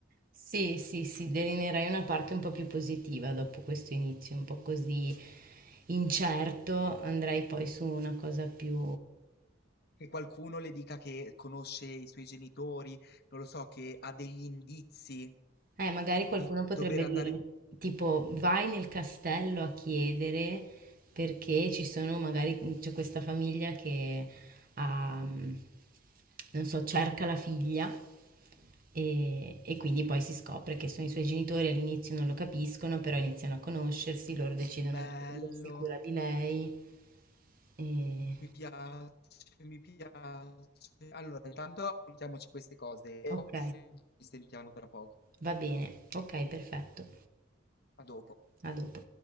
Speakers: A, on the right; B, on the left.
A: sì, sì, sì, delineerai una parte un po' più positiva dopo questo inizio, un po' così incerto, andrai poi su una cosa più
B: che qualcuno le dica che conosce i suoi genitori, non lo so, che ha degli indizi
A: Eh, magari qualcuno
B: di
A: potrebbe
B: dover andare.
A: dirgli, tipo, vai nel castello a chiedere perché ci sono, magari c'è questa famiglia che ha, mm, non so, cerca la figlia e, e quindi poi si scopre che sono i suoi genitori, all'inizio non lo capiscono, però iniziano a conoscersi, loro decidono
B: Bello,
A: di prendersi cura di lei. E...
B: mi piace, mi piace. Allora, intanto appuntiamoci queste cose e
A: Ok,
B: poi ci sentiamo tra poco.
A: va bene, ok, perfetto,
B: A dopo.
A: a dopo.